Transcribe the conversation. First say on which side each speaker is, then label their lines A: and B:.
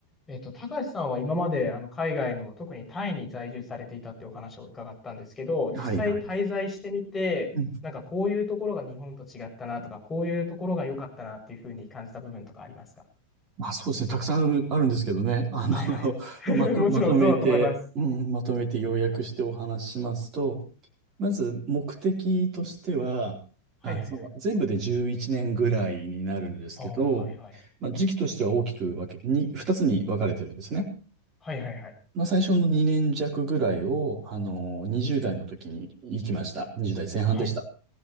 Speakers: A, on the left; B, on the right.
A: えっと、高橋さんは今まであの海外の、特にタイに在住されていたっていうお話を伺ったんですけど、実際滞在してみて、
B: はいはい。うん。
A: なんかこういうところが日本と違ったなとか、こういうところが良かったなっていうふうに感じた部分とかありますか
B: まあそうですね。たくさんある、あるんですけどね。あの、
A: はいはいはい。
B: <laughs> まと、
A: <laughs> もちろんそうだと思います。
B: まとめて、うん、まとめて要約してお話ししますと、まず目的としては、
A: はいはいはい。
B: あ、そう、全部で11年ぐらいになるんですけど、
A: ああ、はいはい。
B: まあ時期としては大きく分け、に、2つに分かれてるんですね。
A: はいはいはい。
B: まあ最初の2年弱ぐらいを、あの、20代の時に行きました。20代前半でした。
A: はい。